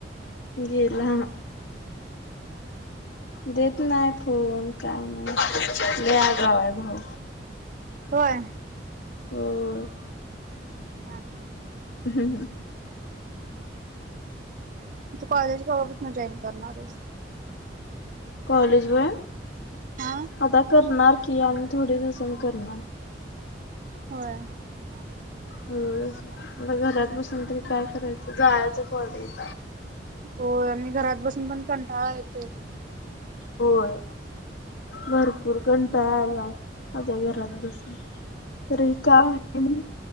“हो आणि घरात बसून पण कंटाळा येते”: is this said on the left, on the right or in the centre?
Right